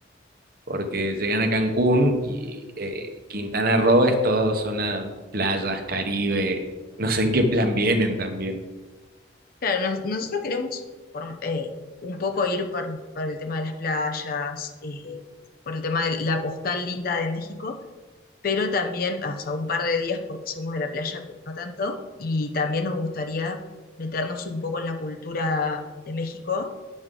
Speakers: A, on the right; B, on the left.
A: porque llegan a Cancún y eh, Quintana Roo es toda zona playas, Caribe, no sé en qué plan vienen también.
B: Claro, nos- nosotros queremos por- eh, un poco ir por, por el tema de las playas, eh, por el tema de la postal linda de México, pero también, o sea, un par de días porque somos de la playa, pero no tanto. Y también nos gustaría meternos un poco en la cultura de México